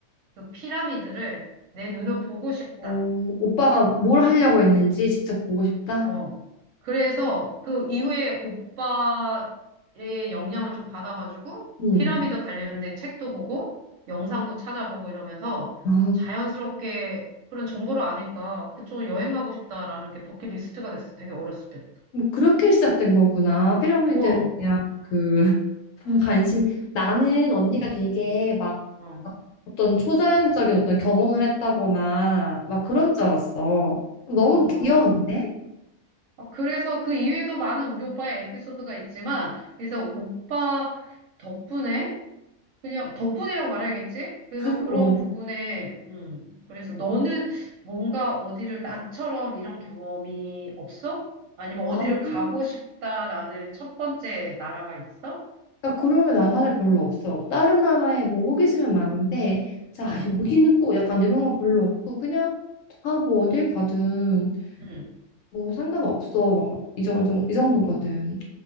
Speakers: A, on the right (about 65°); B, on the left (about 65°).
A: 그 피라미드를 내 눈으로 보고 싶다.
B: 어, 오빠가 뭘 하려고 했는지 직접 보고 싶다.
A: 어. 그래서 그 이후에 오빠의 영향을 좀 받아가지고
B: 음.
A: 피라미드 관련된 책도 보고 영상도 찾아보고 이러면서
B: 아,
A: 자연스럽게 그런 정보를 아니까 그쪽으로 여행 가고 싶다라는 게 버킷리스트가 됐어. 되게 어렸을 때부터.
B: 그럼 그렇게 시작된 거구나. 피라미드에
A: 어.
B: 대한 그 <laughs> 관심. 나는 언니가 되게
A: 응.
B: 막
A: 어.
B: 어떤 초자연적인 어떤 경험을 했다거나 막
A: 어.
B: 그런 줄 알았어. 너무
A: 어.
B: 귀여운데?
A: 어, 그래서 그 이후에도 많은 우리 오빠의 에피소드가 있지만 그래서 오빠 덕분에 그냥 덕분이라고 말해야겠지? 그래서
B: <laughs>
A: 그런
B: 어.
A: 부분에, 음, 그래서 너는 뭔가 어디를 나처럼 이런 경험이 없어? 아니면
B: 나는
A: 어디를 가고 싶다라는 첫 번째 나라가 있어?
B: 그러니까 그런 게 난 사실 별로 없어. 다른 나라에 뭐 호기심은 많은데, 자,
A: 응,
B: 여기는 꼭 약간 이런 거 별로 없고, 그냥, 아, 뭐 어딜 가든,
A: 응.
B: 뭐 상관없어. 막, 이 정도, 이 정도거든.